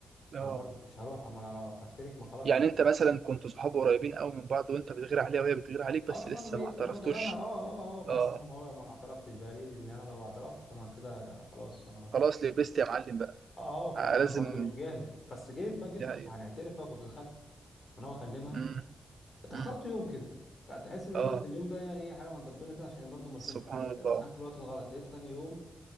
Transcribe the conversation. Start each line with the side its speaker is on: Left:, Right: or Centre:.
Right: اه
Left: انا برضو مش هروح اما انا لو اعترفت لك ما خلاص
Right: يعني
Left: ما انا
Right: انت مثلا كنت صحاب قريبين قوي من بعض وانت بتغير عليها وهي بتغير عليك
Left: اه
Right: بس
Left: طبعا
Right: لسه
Left: وهي
Right: ما
Left: واخده
Right: اعترفتوش
Left: بالها اه اه اه بس
Right: اه
Left: انا ما ما اعترفتش بقى ليه لان انا لو اعترفت فانا كده خلاص انا
Right: خلاص لبست يا معلم بقى
Left: اقف
Right: آه،
Left: وانا
Right: لازم
Left: برضو مش جاهز بس جيت بقى جيت
Right: دي
Left: كنت
Right: حقيقة
Left: هنعترف بقى كنت دخلت وانا بكلمها
Right: مم.
Left: اتاخرت
Right: مم.
Left: يوم كده تحس ان
Right: اه
Left: انا اليوم ده يعني ايه حاجه من عند ربنا كده عشان برضو ما
Right: سبحان
Left: اشوفش
Right: الله
Left: دخلت في الوقت الغلط لقيت تاني يوم